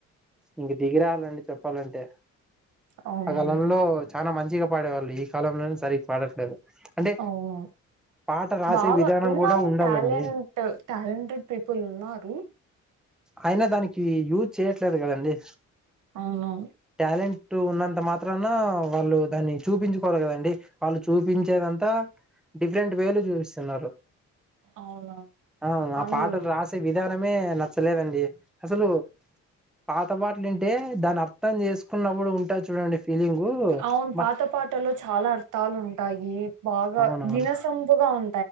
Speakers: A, in the centre; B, on the right (about 80°).
A: ఇంక దిగి రావాలండి చెప్పాలంటే
B: అవునండి
A: ఆ కలంలో చాలా మంచిగా పాడేవాళ్ళు ఈ కాలంలోనే సరిగ్గా పాడట్లేదు. అంటే
B: అవును
A: పాట రాసే
B: బాగా
A: విధానం
B: ఉన్నారు
A: కూడా ఉండాలండి.
B: టాలెంట్ టాలెంటెడ్ పీపుల్ ఉన్నారు
A: అయినా దానికి యూజ్ చేయట్లేదు కదండి
B: అవునవును
A: టాలెంట్ ఉన్నంత మాత్రన వాళ్ళు దాన్ని చూపించుకోళ్ల కదండి వాళ్ళు చూపించేదంతా డిఫరెంట్ వేలో చూపిస్తున్నారు
B: అవునవును
A: హు
B: కానీ
A: ఆ పాటలు రాసే విధాన మనమే ల లేదండి అసలు పాతపటలింటే దాన్ని అర్థం చేసుకున్నప్పుడు ఉంటా చూడండి ఫీలింగు
B: అవును
A: బా
B: పాత పాటలో చాలా అర్థాలు ఉన్ ఉంటాయి బాగా
A: అవునవును
B: వినసంపుగా ఉ